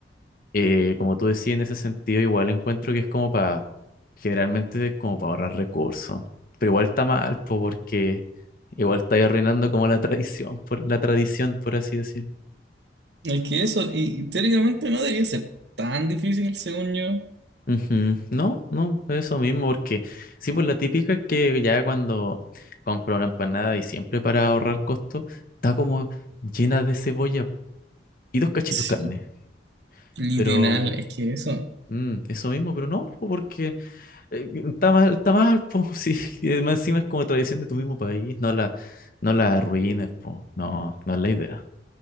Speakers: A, on the left; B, on the right.
A: eh, como tú decías, en ese sentido igual encuentro que es como para, generalmente es como para ahorrar recursos, pero igual está mal, po, porque igual está arruinando como la tradición, por, la tradición, por así decir.
B: Es que eso, y teóricamente no debería ser tan difícil, según yo.
A: Ujú. No, no, eso mismo, porque sí, pues la típica es que ya cuando compro una empanada y siempre para ahorrar costos, está como llena de cebolla y dos cachitos
B: Sí,
A: de carne.
B: literal,
A: Pero
B: es que eso.
A: mm, eso mismo, pero no, po, porque eh, está mal, está mal, po, <laughs> sí, y además encima es como tradición de tu mismo país, no la, no la arruines, po, no, no es la idea.